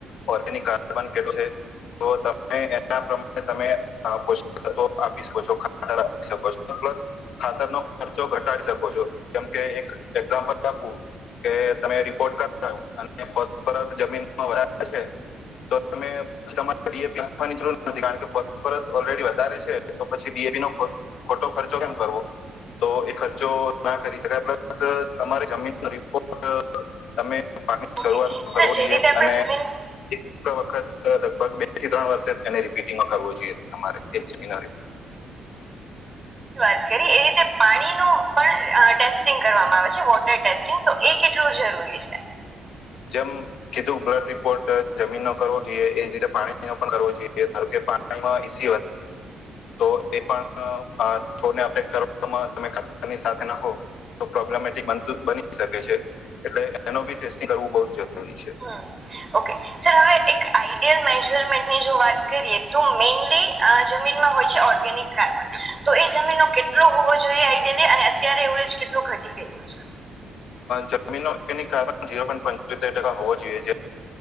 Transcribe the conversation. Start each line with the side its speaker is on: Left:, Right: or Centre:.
Left: ઓર્ગેનિક કાર્બન કે છે, તો તમે એના પ્રમાણે તમે <unintelligible> આપી શકો છો ખા <unintelligible> આપી શકો છો પ્લસ ખાતર ન ખર્ચો ઘટાડી શકો છો, જેમકે એક એક્ઝામ્પલ આપુ કે તમે રિપોર્ટ કરાવ અને ફોસ્ફરસ જમીનમાં વધારે છે, તો તમે <unintelligible> ડિ. એ. પી ની જરૂર નથી, કારણ ફોસ્ફરસ ઓલરેડી વધારે છે તો પછી ડી. એ. પી ખોટો ખર્ચો કેમ
Right: <unintelligible>
Left: કરવો તો એ ખર્ચો ના કરી શકાય પ્લસ તમારી જમીન ન રિપોર્ટ તમે પાકની
Right: ઓકે
Left: શરૂઆત
Right: સર
Left: કરો
Right: જે
Left: જોઈએ
Right: રીતે આપણે
Left: અને
Right: જમીન
Left: એક વખત લગભગ બે થી ત્રણ વર્ષ એને રિપીટિંગમાં કરાવવો જોઈએ, તમારે એજ જમીનરી
Right: વાત કરીએ એ તે પાણી નુ પણ ટેસ્ટિંગ કરવામાં આવે છે વોટર ટેસ્ટિંગ તો એ કેટલું જરૂરી છે? <unintelligible>
Left: જેમ કીધું બ્લડ રિપોર્ટ જમીન નો કરવો જોઈએ, એ જ રીતે પાણી ન પણ કરવો જોઈએ કારણ કે પાણીમા એસી
Right: <unintelligible>
Left: તો એ પણ થોને અપેક <unintelligible> કરવામાં તમે કની <unintelligible> સાથે નાખો તો પ્રોબ્લેમેટિક બનતુ બની શકે છે, એટલે એનો બી ટેસ્ટિંગ કરવું બહ જ જરૂરી. છે
Right: હમ્મ ઓકે સર હવે એક આઈડિયલ મેઝરમેન્ટની જો વાત કરીએ તો મેઇનલી જમીનમાં હોય છે, ઓર્ગેનિક કાર્બન તો એ જમીનનો કેટલો હોવો જોઈએ? આઈડેલી અને અત્યારે એવરેજ કેટલો ઘટી રહ્યો છે?
Left: જમીનો ઓર્ગનિક કાર્બન ઝીરો પોઇન્ટ પંચોતેર ટકા હોવો <unintelligible> જોઈએ